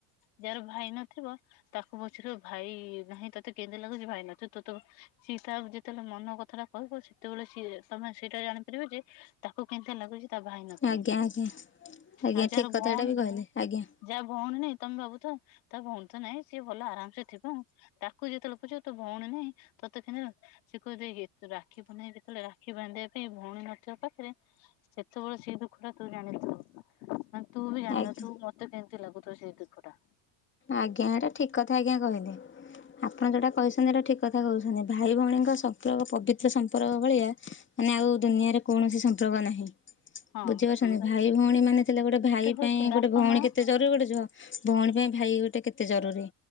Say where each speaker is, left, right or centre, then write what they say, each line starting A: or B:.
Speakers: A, on the left (about 85°); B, on the left (about 25°).
A: ଯାହାର ଭାଇ ନଥିବ। ତାକୁ ପଚାରିବା ଭାଇ ନାହିଁ ତୋତେ କେମିତି ଲାଗୁଛି ଭାଇ ନଥିବ ତୋତେ ସିଏ ତା ଯେତେବେଳେ ମନ କଥାଟା କହିବ ସେତେବେଳେ ସିଏ ତମେ ସେଇଟା ଜାଣିପାରିବ ଯେ ତାକୁ କେ ଏତେ ଲାଗୁଛି ତା ଭାଇ ନଥାଇକି
B: ଆଜ୍ଞା ଆଜ୍ଞା ଆଜ୍ଞା
A: ଆଉ ଯହାର
B: ଠିକ୍ କଥାଟା
A: ଭଉଣୀ
B: ବି କହିଲେ ଆଜ୍ଞା
A: ଯାହା ଭଉଣୀ ନାଇ ତମେ ଭାବୁଥିବ ତା ଭଉଣୀ ତ ନାଇଁ ସିଏ ଭଲ ଆରାମସେ ଥିବ ଆଉ। ତାକୁ ଯେତେବେଳେ ପଚାରିବ ତୋ ଭଉଣୀ ନାହିଁ ତତେ କେ ସେ କହୁଥିବ ରାକ୍ଷୀ ପୁର୍ଣିମା ଦିନ ଯେତେବେଳେ ରାକ୍ଷୀ ବାନ୍ଧିବା ପାଇଁ ଭଉଣୀ ନଥିବ ପାଖରେ। ସେତେବେଳେ ସେ ଦୁଃଖ ଟା ତୁ ଜାଣିଥିବୁ। ମାନେ ତୁ ବି ଜାଣିନଥିବୁ
B: ଆଜ୍ଞା।
A: ମ ତେ କେମତି ଲାଗୁଥିବ ସେ ଦୁଃଖ ଟା।
B: ଆଜ୍ଞା। ହେଟା ଠିକ୍ କଥା ଆଜ୍ଞା କହିଲେ। ଆପଣ ଯେଉଟା କହିଛନ୍ତି ସେଇଟା ଠିକ୍ କଥା କହୁଛନ୍ତି। ଭାଇ ଭଉଣୀଙ୍କ ସମ୍ପର୍କ ପବିତ୍ର ସମ୍ପର୍କ ଭଳିଆ ମାନେ ଆଉ ଦୁନିଆରେ କୌଣସି ସମ୍ପର୍କ ନାହିଁ।
A: ହଁ
B: ବୁଝିପାରୁଛନ୍ତି,
A: ସିଏ
B: ଭାଇ ଭଉଣୀ ମାନେ ଥିଲେ ଗୋଟେ ଭାଇ
A: ହଉଛି
B: ପାଇଁ
A: ବାପା
B: ଗୋଟେ ଭଉଣୀ
A: ମା
B: କେତେ ଜରୁରୀ ଗୋଟେ ଝ ଭଉଣୀ ପାଇଁ ଭାଇ ଗୋଟେ କେତେ ଜରୁରୀ।